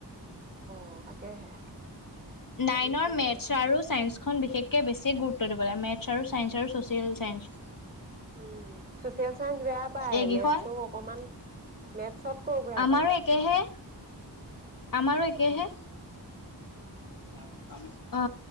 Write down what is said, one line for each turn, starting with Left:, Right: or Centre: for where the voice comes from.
Right: অ তাকেহে ভাবিছো
Left: নাইনৰ মেথছ
Right: তাকে
Left: আৰু চাইন্স খন বিশেষ কে বেছি গুৰুত্ব দিব লাগে। মেথছ আৰু ছাইন্স আৰু social science.
Right: Um social science বেয়া পায়
Left: এইকেইখন
Right: মেথছো অকনমান মেথছতকৈও বেয়া
Left: আমাৰো
Right: পাই চচিএল
Left: একেহে,
Right: চাইন্স।
Left: আমাৰো একেহে।
Right: অ',
Left: অ ক ক কাম। অ